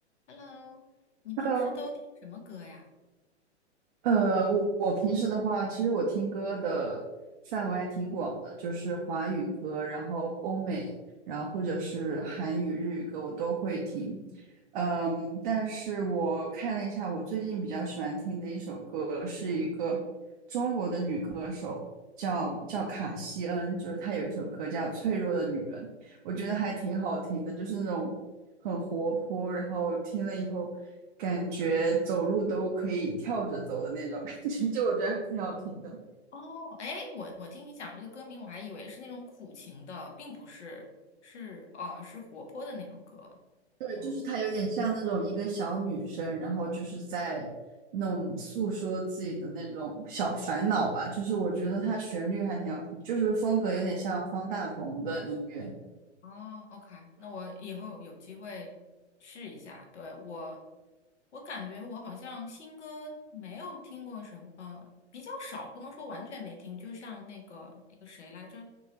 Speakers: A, on the left; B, on the right.
A: Hello，你平时都听什么歌呀？
B: Hello，呃，我我平时的话，其实我听歌的范围还挺广的，就是华语歌，然后欧美，然后或者是韩语、日语歌，我都会听。嗯，但是我看了一下，我最近比较喜欢听的一首歌是一个中国的女歌手，叫叫卡西恩，就是她有一首歌叫《脆弱的女人》。我觉得还挺好听的，就是那种很活泼，然后听了以后感觉走路都可以跳着走的那种感觉，<laughs> 就我觉得还挺好听的。
A: 哦，哎，我我听你讲这个歌名，我还以为是那种苦情的，并不是，是哦，是活泼的那种歌。
B: 对，
A: 哦
B: 就是她有点像那种一个小女生，然后就是在那种诉说自己的那种小烦恼吧。就是我觉得她旋律还挺好听，就是风格有点像方大同的音乐。
A: 哦，OK，那我以后有机会试一下。对，我，我感觉我好像新歌没有听过什么，呃比较少，不能说完全没听。就像那个那个谁来着，